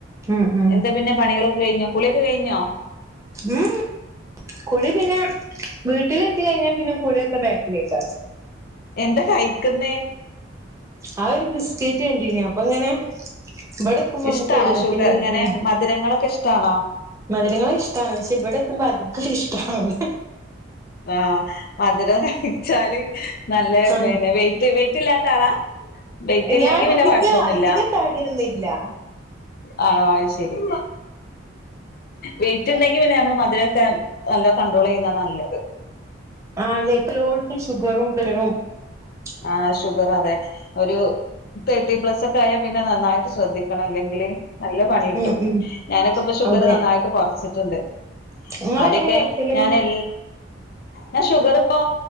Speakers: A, on the right; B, on the left.
A: ഉം ഉം
B: എന്ത പിന്നെ പണികളെക്കെ കഴഞ്ഞോ കുളിയൊക്കെ കഴിഞ്ഞോ.
A: ഉം കുളി പിന്നെ വീട്ടില എത്തി കഴിഞ്ഞാ പിന്നെ കുളിയൊക്കെ ബാക്കിലേക്ക
B: എന്താ കഴിക്കുന്നേ
A: ആ ഒരു ബിസ്കറ്റ് കണ്ടീന അപ്പൊ ഇങ്ങനെ ഇവിടക്കുമ്പോ നമുക്ക്
B: ഇഷ്ടാണോ
A: എല്ലാത്തിനും
B: ഷുഗർ
A: ഒരു
B: ഇങ്ങനെ
A: പോ
B: മധുരങ്ങളൊക്കെ ഇഷ്ടാണോ
A: മധുരങ്ങള് ഇഷ്ട്ടാണ് പക്ഷെ ഇവിടെ എത്തുമ്പോ അധികം ഇഷ്ടണ്
B: ആഹ് മധുരം കഴിച്ചാല് നല്ല
A: ആഹ്
B: പിന്നെ വെറ്റ് വെറ്റ് ഇല്ലാത്താളാ. ഡെയറ്റ് ഇല്ലെങ്കി
A: ഞാൻ
B: പിന്നെ
A: അധിക
B: കൊഴപ്പൊന്നുല്ല.
A: അധിക തടിയൊന്നില്ല
B: ആണോ അഹ് ശരി. വെയിറ്റ് ഇണ്ടെങ്കി പിന്നെ നമ്മള് മധുരമൊക്കെ നല്ല കണ്ട്രോൾയ്യുന്ന നല്ലത്.
A: ആ അതെ ഇപ്പോഓടുത്തും ഷുഗറും പറും <unintelligible>
B: ആ ഷുഗർ അതെ ഒരു തേർട്ടി പ്ലസ് ഒക്കെ ആയാ പിന്നെ നന്നായിട്ട് ശ്രദ്ധിക്കണം അല്ലെങ്കിൽ. നല്ല പണി കിട്ടും
A: ഉം ഉം
B: ഞാനൊക്കെ ഇപ്പൊ ഷുഗർ
A: അതെ
B: നന്നായിട്ട് കുറച്ചിട്ടുണ്ട്.
A: നിങ്ങളെങ്ങനെ
B: അതൊക്കെ
A: കൊറക്കല്
B: ഞാൻ എ ഞാ ഷുഗർ ഇപ്പൊ